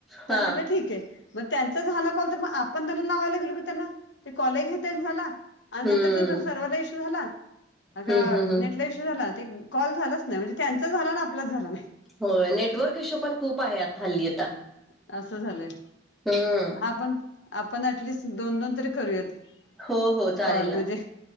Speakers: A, on the left; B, in the centre.
A: त्या
B: हा
A: म्हटलं ठीक आहे. मग त्यांचा झाला कॉल तर मग आपण त्यांना लावायला गेलो की त्यांना ते कॉलही घेत तेन झाला आणि
B: हम्म
A: त्याचा सर्व्हर इशु झाला आग
B: हम्म हम्म हम्म
A: नेट झाला कॉल झालाच नाही, म्हणजे त्यांचा झाला ना आपलाच झाला नाही.
B: हो नेटवर्क इश्यू पण खूप आहे आता हल्ली आता
A: असं असं झालंय
B: हम्म
A: आपण आपण अॅटलिस्ट दोन - दोन तरी करूयात.
B: हो हो चालेल
A: कॉल
B: ना
A: म्हणजे